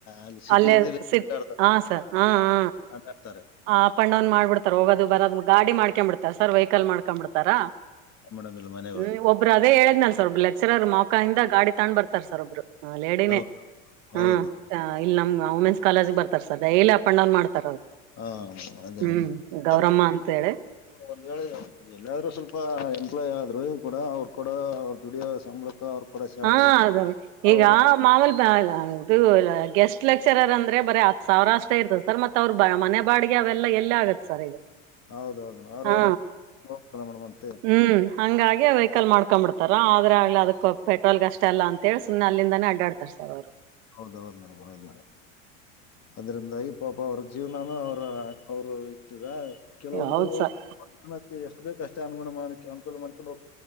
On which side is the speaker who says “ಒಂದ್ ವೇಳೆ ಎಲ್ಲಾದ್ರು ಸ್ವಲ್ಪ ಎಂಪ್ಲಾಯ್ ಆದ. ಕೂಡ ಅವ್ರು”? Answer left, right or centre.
Left